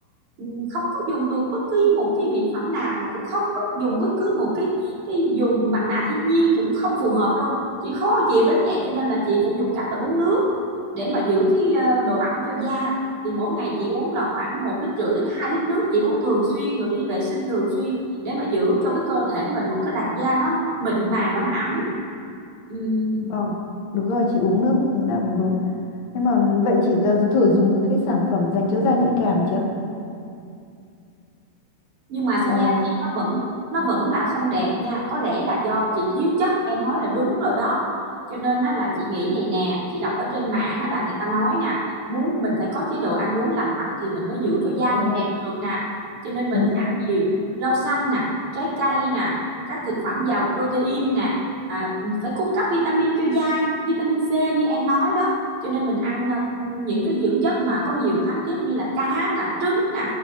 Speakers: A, on the right; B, on the left.
A: ừ, không có dùng được bất cứ một cái mỹ phẩm nào mà cũng không bất, dùng bất cứ một cái cái dù mặt nạ thiên nhiên cũng không phù hợp luôn chị khó chịu đến vậy cho nên là chị phải dùng cách là uống nước để mà giữ cái ờ, độ ẩm cho da thì mỗi ngày chị uống là khoảng một lít rưỡi đến 2 lít nước chị uống thường xuyên rồi đi vệ sinh thường xuyên để mà giữ cho cái cơ thể mình một cái làn da nó mịn màng và nó ẩm Ừm,
B: vâng đúng rồi chị uống nước như thế nào cũng đúng nhưng mà vậy chị đã thử dùng những cái sản phẩm dành cho da nhạy cảm chưa
A: nhưng mà sao
B: à,
A: da chị nó vẫn nó vẫn là không đẹp nha có lẽ là do chị thiếu chất em nói là đúng rồi đó cho nên á, là chị nghĩ vậy nè chị đọc ở trên mạng á, là người ta nói nè muốn mình phải có chế độ ăn uống lành mạnh thì mình mới giữ cho da
B: đúng
A: mình
B: rồi
A: đẹp được nè cho nên mình
B: đúng
A: phải
B: rồi
A: ăn nhiều rau xanh nè trái cây nè các thực phẩm giàu protein nè à, phải cung cấp vitamin cho da vitamin C như em nói đó cho nên mình ăn ờ, những cái dưỡng chất mà có nhiều khoáng chất như là cá nè trứng nè